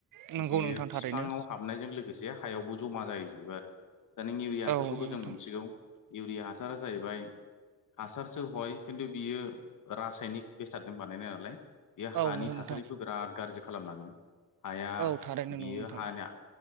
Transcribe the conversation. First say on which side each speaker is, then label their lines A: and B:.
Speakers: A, on the right; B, on the left.
A: नंगौ
B: बियो
A: नोंथां
B: बिफाङाव
A: थारैनो
B: हाबनायजों लोगोसे हायावबो जमा जाहैजोबो आरो दा नों इउरिया
A: औ
B: हासारखौथ'
A: नंगौ नोंथां
B: जों मोनथिगौ इउरिया हासारा जाहैबाय हासारसो हय खिन्थु बियो रासायनिक बेसादजों बानायनाय नालाय बेयो
A: औ
B: हानि
A: नंगौ नोंथां
B: थासारिखौ बिराद गाज्रि खालामलाङो हाया
A: औ थारैनो नंगौ
B: बियो
A: नोंथां
B: हाना